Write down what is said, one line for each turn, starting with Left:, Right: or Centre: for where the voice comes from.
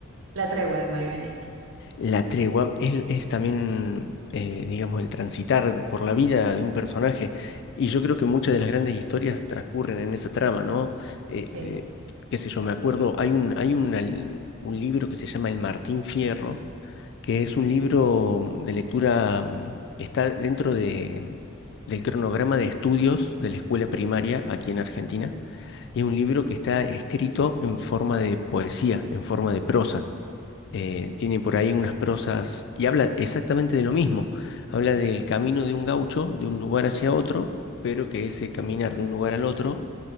Right: La tregua de Mario Benetti.
Left: La tregua es, es también, eh, digamos, el transitar por la vida de un personaje. Y yo creo que muchas de las grandes historias transcurren en esa trama, ¿no? Eh,
Right: Sí,
Left: eh, qué sé yo, me acuerdo, hay un, hay un, al- un libro que se llama El Martín Fierro, que es un libro de lectura, mm, está dentro de, del cronograma de estudios de la escuela primaria aquí en Argentina. Es un libro que está escrito en forma de poesía, en forma de prosa. Eh, tiene por ahí unas prosas y habla exactamente de lo mismo. Habla del camino de un gaucho, de un lugar hacia otro, pero que ese caminar de un lugar al otro